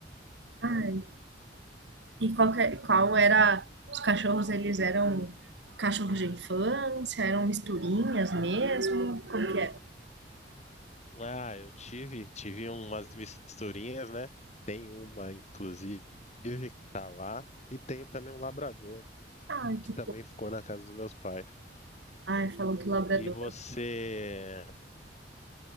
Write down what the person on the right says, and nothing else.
Ah, E qual, que- é, qual era. Os cachorros, eles eram cachorros de infância, eram misturinhas mesmo? Como que era?
Ai, que
fofo.
Ai, falou que labrador.